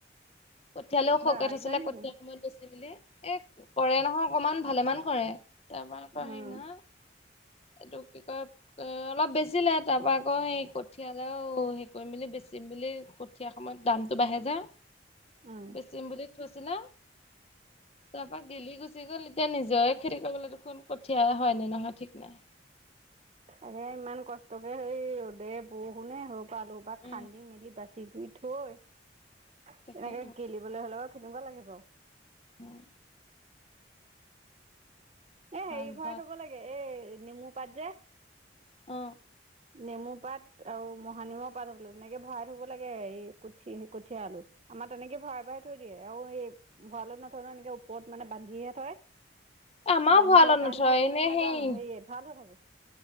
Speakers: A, on the left; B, on the right.
A: কঠিয়ালেও শকে
B: বা
A: থৈছিলে আছিলে
B: ইমানখিনি
A: কঠীয়া সময়ত বেছি মেলি, এ কৰে নহয় অকমান। ভালেমান কৰে তাৰ পৰা আকৌ
B: উম
A: হেৰি নহয়
B: <inaudible>
A: এইটো কি কয় অলপ বেছিলে তাপা আকৌ সেই কঠিয়ালে হেৰি কৰি মেলি বেচি মেলি কঠীয়া সময়ত দামতটো বাঢ়ে যে
B: উম
A: বেছিম বুলি থৈছিলে তাৰ পৰা গেলি গুচি গ'ল এতিয়া নিজৰে খেতি কৰিবলৈ দেখোন কঠিয়া হয় নে নহয় ঠিক নাই।
B: তাকে ইমান কষ্টকে সেই ৰ'দে, বৰষুণে আলু বা
A: উম
B: খান্দি মেলি বাচি গুই থৈ এনেকে
A: তাকেইতো
B: গেলিবলৈ হ'লে বাও কেনেকুৱা লাগে বাও।
A: উম
B: এ হেৰি
A: হাল
B: ভৰাই
A: বোৱা
B: থব লাগে এই নেমু পাত যে
A: অ
B: নেমু পাত আৰু মহানিমৰ পাত হ'ব লাগে। তেনেকে ভৰাই থ'ব লাগে এই কঠি কঠীয়া আলুত। আমাৰ তেনেকে ভৰাই ভৰাই থৈ দিয়ে আৰু এই ভঁৰালত নথৈ ন এনেকে ওপৰত মানে বান্ধিহে থয় এ'
A: আমাৰো
B: বান্ধি
A: ভঁৰালত
B: থোৱাৰ
A: নথয়
B: কাৰণে নেকি
A: এনে
B: এনেই নাজানো
A: সেই
B: সেয়ে ভাল হৈ থাকে।